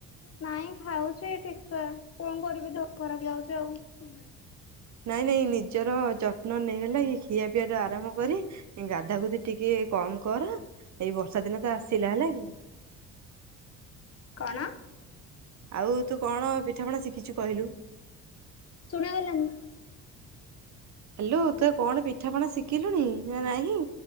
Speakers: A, on the left; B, on the right.
A: ନାଇଁ ଖାଉଚି ଠିକ୍ସେ, କଣ କରିବି ଦେହ ଖରାପ୍ ହେଇଯାଉଚି ଆଉ।
B: ନାଇଁ-ନାଇଁ ନିଜର ଯତ୍ନ ନେ ହେଲକି, ଖିଆ ପିଆରୁ ଆରମ୍ଭ କରି ଗାଧା ଗୁଧି ଟିକେ କମ୍ କର, ଏଇ ବର୍ଷା ଦିନ ତ ଆସିଲା ହେଲା କି?
A: କଣ?
B: ଆଉ ତୁ କଣ ପିଠାପଣା ଶିକିଚୁ କହିଲୁ?
A: ଶୁଣା ଗଲାନି।
B: ହାଲୋ, ତୁ ଆଉ କଣ ପିଠାପଣା ଶିକିଲୁଣି ନା ନାହିଁ।